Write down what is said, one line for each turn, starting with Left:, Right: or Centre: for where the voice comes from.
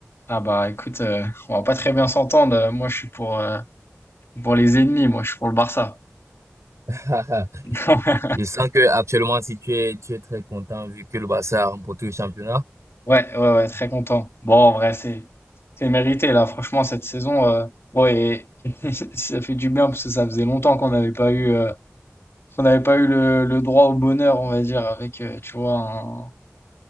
Left: Ah bah écoute, euh, on va pas très bien s'entendre. Moi je suis pour, euh, pour les ennemis, moi je suis pour le Barça.
Right: <laughs>
Left: <laughs>
Right: Je sens que actuellement, si tu es, tu es très content vu que le Barça a remporté le championnat.
Left: Ouais, ouais, ouais, très content. Bon, en vrai, c'est c'est mérité là. Franchement, cette saison, euh, bon et <laughs> ça fait du bien parce que ça faisait longtemps qu'on n'avait pas eu, euh, qu'on n'avait pas eu le, le droit au bonheur, on va dire, avec euh, tu vois un-